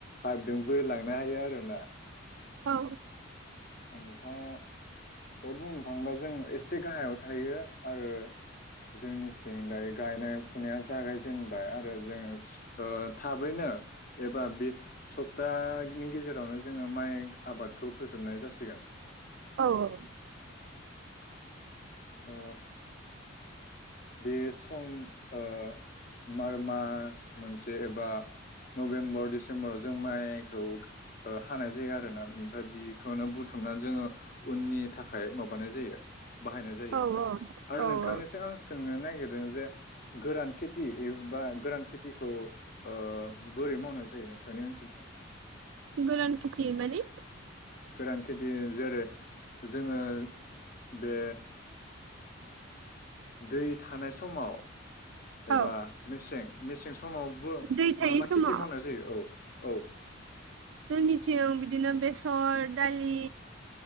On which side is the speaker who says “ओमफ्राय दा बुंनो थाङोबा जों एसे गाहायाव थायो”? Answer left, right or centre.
Left